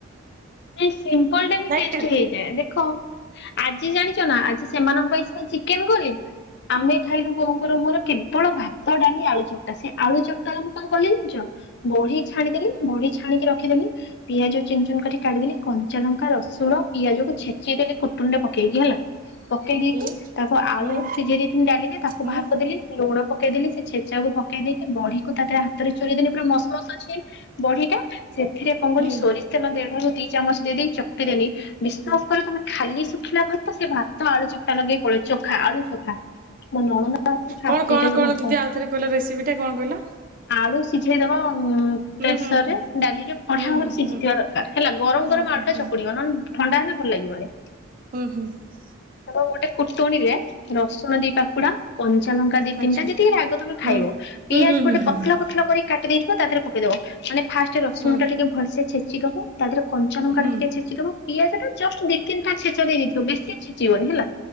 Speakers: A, on the left; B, on the right.
A: ଆ ସିମ୍ପ ଲ ଟା ବି
B: ନାଇଁ
A: ଟେଷ୍ଟ ହେଇଥାଏ, ଦେଖ ଆଜି ଜାଣି <unintelligible> ନା ଆଜି ସେମାନଙ୍କ ପାଇଁ ସିନା ଚିକେନ କଲି, ଆମେ ଖାଇଲୁ ବୋଉଙ୍କର ମୋର କେବଳ ଭାତ, ଡାଲି, ଆଳୁ ଚକଟା, ସେ ଆଳୁ ଚକଟା ମୁଁ କଣ କଲି ଜଣିଛ ବଢି ଛାଣିଦେଲି ବଢି ଛାଣିକି ରଖିଦେଲି ପିଆଜ ଚୁନ ଚୁନ କରି କାଢିଦେଲି କଞ୍ଚାଲଙ୍କା, ରସୁଣ ପିଆଜକୁ ଛେଚି ଦେେଲି କୁଟୁଣି ରେ ପକେଇକି ହେଲା। ପକେଇ
B: ହୁଁ
A: ଦେଇକି ତାକୁ ଆଳୁ
B: ହୁଁ
A: ସିଝେଇ ଦେଇଥିଲି ଡାଲିରେ ତାକୁ
B: ହୁଁ
A: ବାହାର କରିଦେଲି। ଲୁଣ ପକେଇ ଦେଲି ସେ ଛେଚାକୁ ପକେଇ ଦେଇକି ବଢିକୁ ତା ଦେହେରେ ହାତରେ ଚୁରି ଦେଲି ପୁରା ମସ୍ ମସ୍ ଅଛି ବଢି ଟା। ସେଥିରେ କଣ କଲି
B: ହୁଁ
A: ସୋରିଷ ତେଲ ଦେ ଦି ଚାମଚ ଦେଇ ଦେଇ ଚକଟି ଦେଲି। ବିଶ୍ୱାସ
B: ହୁଁ।
A: କର ତମେ ଖାଲି ଶୁଖିଲା ଭାତ ସେ ଭାତ ଆଳୁ ଚକଟା ଲଗେଇ ପଳେଇ ଚୋଖା ଆଳୁ ଚୋଖା, ମୋ ନଣନ୍ଦ ଆସିକି ଫାଷ୍ଟ
B: କଣ-କଣ-କଣ
A: ସେଇଟାକୁ ଭଲ ପାଆନ୍ତି।
B: ଦିଦି ଆଉଥରେ କହିଲ ରେସିପିଟା କଣ କହିଲ?
A: ଆଳୁ ସିଝେଇଦବ ଉ
B: ହୁଁ
A: ପ୍ରେସର
B: ହୁଁ ହୁଁ
A: ରେ ଡାଲିରେ ବଢିଆ
B: ହୁଁ
A: ଭାବରେ
B: ହୁଁ
A: ସିଝିଥିବା ଦରକାର ହେଲା ଗରମ
B: ହୁଁ
A: ଗରମ
B: ହୁଁ
A: ଆଳୁଟା
B: ହୁଁ ହୁଁ
A: ଚକୁଡିବ ନହେଲେ ଥଣ୍ଡା ହେଲେ ଭଲ ଲାଗିବନି।
B: ହୁଁ ହୁଁ ହୁଁ।
A: ଗୋଟେ କୁଟଣୀରେ ରସୁଣ ଦି ପାଖୁଡା କନ୍ କଞ୍ଚାଲଙ୍କ ଦି ତିିନ୍
B: ଆଚ୍ଛା
A: ଟା ଯେତିକି ରାଗ ତମେ ଖାଇବ
B: ହୁଁ
A: ପିଆଜ୍
B: ହୁଁ
A: ଗୋଟେ
B: ହୁଁ
A: ପତ୍ଲା
B: ହୁଁ ହୁଁ
A: ପତ୍ଲା କରି କା କାଟି ଦେଇଥିବ ତା ଧେରେ ପକେଇଦବ। ମାନେ ଫାଷ୍ଟ ରସୁଣଟା
B: ହୁଁ
A: ଟିକେ ଭଲସେ ଛେ ଦବ ତା ଧେରେ କଞ୍ଚଲଙ୍କାଟା
B: ହୁଁ
A: ଟିକେ ଛେଚି ଦବ। ପିଆଜଟା ଜଷ୍ଟ ଦି ତିନିଟା ଛେଚା ଦେଇ ଦେଇଥିବ ବେଶୀ ଛେ ଛେଚିବନି ହେଲା